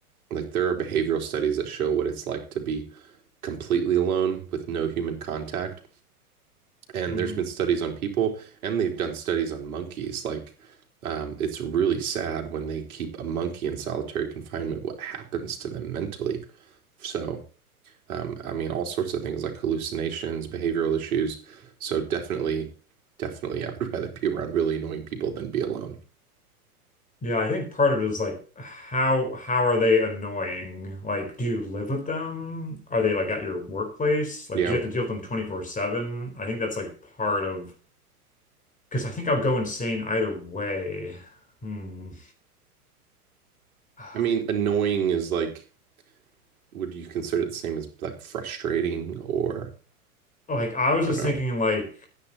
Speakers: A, on the right; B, on the left.
A: like, there are behavioral studies that show what it's like to be completely alone with no human contact. And
B: hmm
A: there's been studies on people, and they've done studies on monkeys. Like, um, it's really sad when they keep a monkey in solitary confinement, what happens to them mentally. So, um, I mean, all sorts of things like hallucinations, behavioral issues. So, definitely, definitely, <laughs> I would rather be around really annoying people than be alone.
B: Yeah, I think part of it is like how how are they annoying? Like, do you live with them? Are they like at your workplace? Like,
A: Yeah.
B: do you have to deal with them 24/7? I think that's like part of because I think i will go insane either way. Hmm. <sighs>
A: I mean, annoying is like, would you consider it the same as like frustrating or
B: Like, I was
A: or
B: just
A: no?
B: thinking like <sighs>